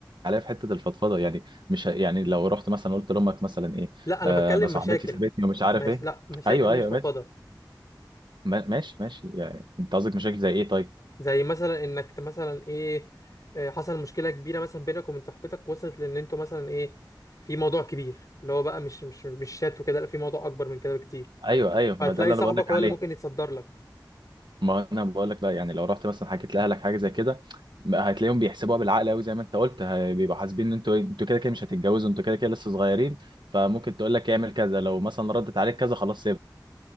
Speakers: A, on the right; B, on the left.
A: عليا في حته الفضفضه يعني مش ه- يعني لو رحت مثلا قلت لامك مثلا ايه
B: لا أنا
A: آه
B: بتكلم
A: انا صاحبتي
B: مشاكل
A: سابتني ومش عارف
B: مش...
A: ايه
B: لا مشاكل
A: ايوه
B: مش
A: ايوه
B: فضفاضة
A: ماشي ما- ماشي ماشي يعني انت قصدك مشاكل زي ايه طيب
B: زي مثلا إنك ت- مثلا إيه آه، حصل مشكلة كبيرة مثلا بينك وبين صاحبتك وصلت لأن أنتوا مثلا إيه في موضوع كبير اللي هو بقى مش مش مش شات وكده لا في موضوع أكبر من كده بكتير
A: ايوه ايوه
B: فهتلاقي
A: ما ده اللي
B: صاحبك
A: انا بقول لك
B: هو
A: عليه
B: اللي ممكن يتصدر لك
A: ما انا بقول لك لا يعني لو رحت مثلا حكيت لاهلك حاجه زي كده ما هتلاقيهم بيحسبوها بالعقل قوي زي ما انت قلت هي- بيبقوا حاسبين ان انتوا إيه، انتوا كده كده مش هتتجوزوا انتوا كده كده لسه صغيرين فممكن تقول لك اعمل كذا لو مثلا ردت عليك كذا خلاص سيبها